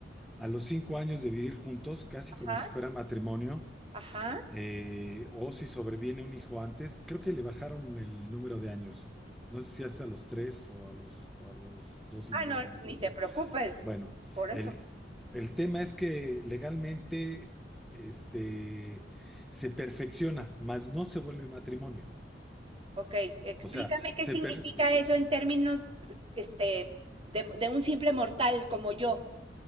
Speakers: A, in the centre; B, on the right.
A: a los cinco años de vivir juntos, casi
B: Ajá.
A: como si fuera matrimonio,
B: Ajá.
A: eh, o si sobreviene un hijo antes, creo que le bajaron el número de años. No sé si hace a los tres o a los, o a los dos
B: Ah,
A: y medio,
B: no,
A: una cosa
B: ni te
A: así.
B: preocupes
A: Bueno,
B: por eso.
A: el, el tema es que legalmente este, se perfecciona, mas no se vuelve matrimonio.
B: Ok, explícame
A: O sea,
B: qué
A: se
B: significa
A: per-
B: eso en términos, este, de, de un simple mortal como yo.